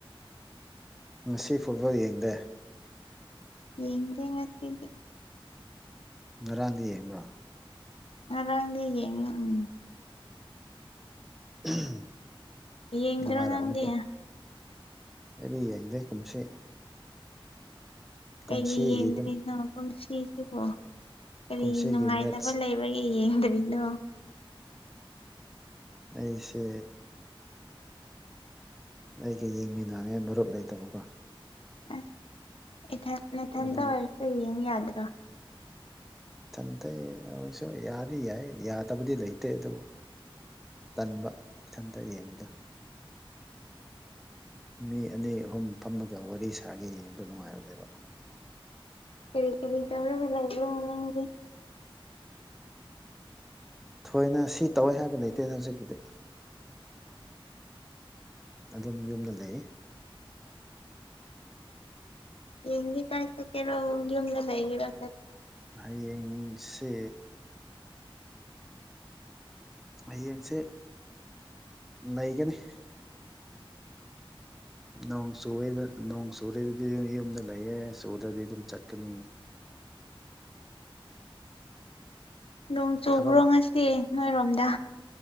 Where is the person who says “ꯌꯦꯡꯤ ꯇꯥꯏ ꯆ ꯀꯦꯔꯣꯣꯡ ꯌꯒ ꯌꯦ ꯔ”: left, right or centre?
Left